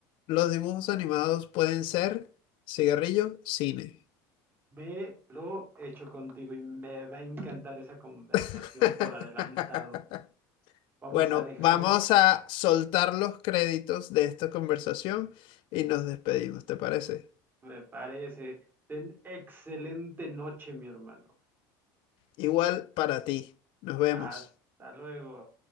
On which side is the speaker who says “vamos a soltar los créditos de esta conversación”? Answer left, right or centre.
Left